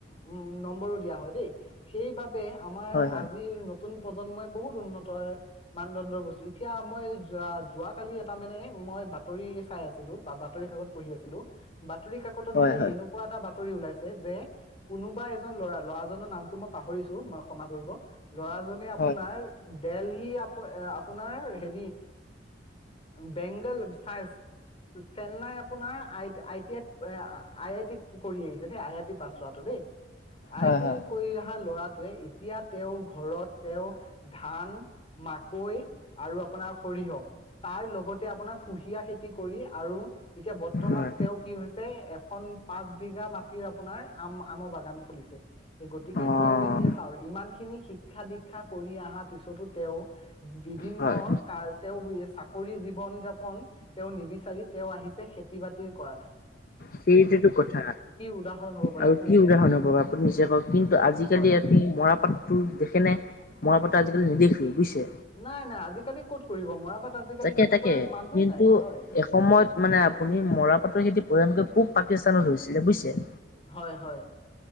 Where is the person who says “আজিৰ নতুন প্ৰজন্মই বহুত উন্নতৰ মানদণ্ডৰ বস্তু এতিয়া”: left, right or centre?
Left